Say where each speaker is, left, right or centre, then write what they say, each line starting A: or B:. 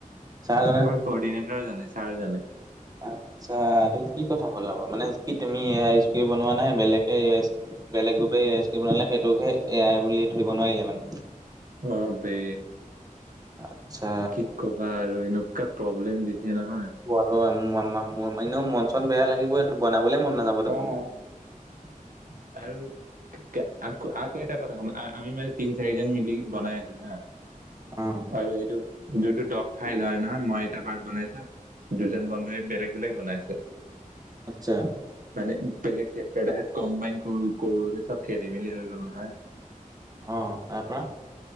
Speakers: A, on the right; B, on the right.
A: চাৰ জনে
B: কৰ্ডিনেটৰে জানে, ছাৰে জানে।
A: আচ্ছা এইটো কি কথা হ'ল আওঁ মানে, কি তুমি এ আই ইউচ কৰি বনোৱা নাই বেলেগে এ আ বেলেগ গ্ৰুপে এ আই উচ কৰি বনালে, সেইটোকহে এ আই বুলি ধৰিব নোৱাৰিলে মানে।
B: অ', বে।
A: আচ্ছা
B: কি কবা আৰু, এনেকুৱা প্ৰব্লেম দিছে নহয়।
A: অ', <unintelligible> এনেও মন চন বেয়া লাগিবই, এইটো বনাবলেই মন নাযাব দেখোন
B: অহ।
A: <inaudible>
B: আৰু? আকৌ আকৌ এটা কথা শুন, আমি মানে তিন চাৰিজন মিলি বনাই আছো হা।
A: অ'।
B: আৰু এইটো যোনটো ডগ ফাইল হয় নহয়, মই এটা পাৰ্ট বনাইছোঁ দুজন বন্ধুৱে বেলেগ-বেলেগ বনাইছে।
A: আচ্ছা।
B: মানে বেলেগ <unintelligible> কম্বাইন কৰোঁ-কৰোঁতে চব খেলিমেলি হৈ গ'ল নহয়।
A: অ', তাৰ পৰা?